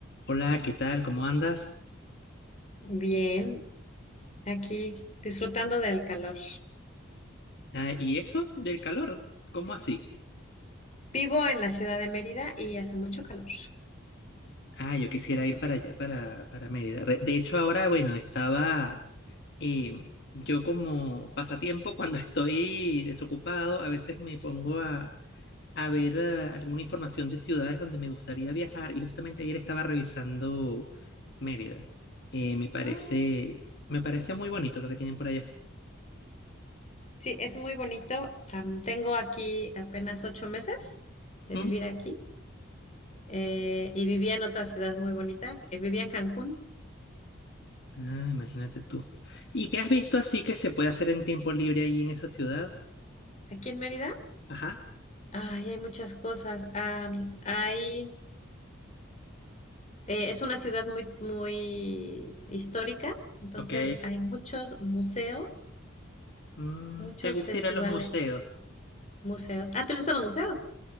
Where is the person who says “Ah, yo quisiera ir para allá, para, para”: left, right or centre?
Left